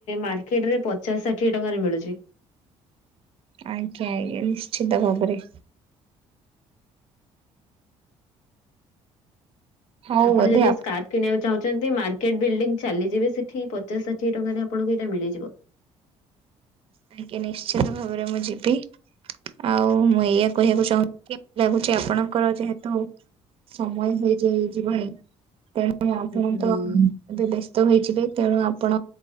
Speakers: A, on the left; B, on the right.
A: ମାର୍କେଟରେ ପଚାଶ ଷାଠିଏ ଟଙ୍କାରେ ମିଳୁଛି।
B: ଆଜ୍ଞା ଆଜ୍ଞ ନିଶ୍ଚିତ ଭାବରେ। ହଉ
A: ଆପଣ
B: ବୋଧେ
A: ଯଦି ସ୍କାର୍ପ କିଣିବା ଚାହୁଛନ୍ତି ମାର୍କେଟ ବିଲ୍ଡିଂ ଚାଲିଯିବେ ସେଠି ପଚାଶ ଷାଠିଏ ଟଙ୍କାରେ ଆପଣଙ୍କୁ ଏଇଟା ମିଳିଯିବ।
B: ଆଜ୍ଞା ନିଶ୍ଚିତ ଭାବରେ ମୁଁ ଯିବି। ଆଉ ମୁଁ ଏଇଆ କହିବାକୁ ଚାହୁଁଛି ଲାଗୁଛି ଆପଣଙ୍କର ଯେହେତୁ ସମୟ ହେଇଯାଇ ଜିବଣି ତେଣୁ ଆପଣ
A: ହୁଁ
B: ତ ଏବେ ବ୍ୟସ୍ତ ହୋଇଯିବେ ତେଣୁ ଆପଣ